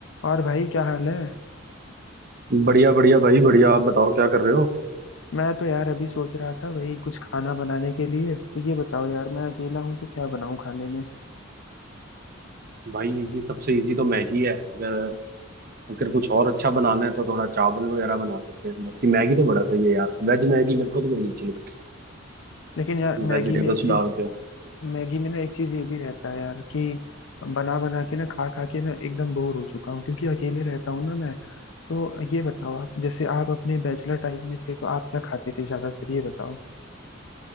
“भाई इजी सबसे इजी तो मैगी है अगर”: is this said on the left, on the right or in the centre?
Right